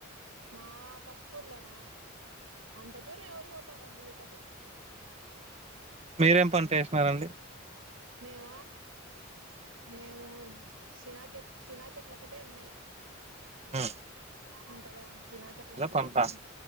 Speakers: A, on the right (about 80°); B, on the right (about 30°).
A: మా పక్కుర్లోన అంత దూరం ఎవరుపోతా తరండి ఈతకు
B: మీరేం పంట ఎసినారు అండి
A: మేమ మేము సిన చెట్ చినా చెట్లు ఒకటే ఉన్నాయి
B: ఆ
A: ఇంకదా చినా చెట్లను చుసుకుంటునం
B: పంట